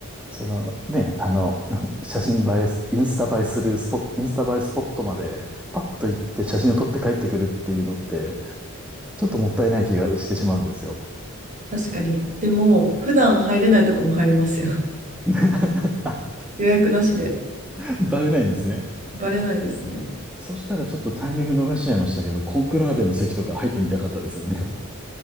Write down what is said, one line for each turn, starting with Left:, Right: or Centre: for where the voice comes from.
Centre: そのね、あの、<laughs> 写真映えす、インスタ映えするスポット、インスタ映えスポットまでパッと行って写真を撮って帰ってくるっていうのって、ちょっともったいない気がしてしまうんですよ。
Right: 確かに。でも、普段入れないとこも入れますよ。<laughs>
Centre: <laughs>
Right: 予約なしで。
Centre: バレないんですね。
Right: バレないですね。
Centre: そしたらちょっとタイミング逃しちゃいましたけど、コンクラーベの席とか入ってみたかったですよね。<laughs>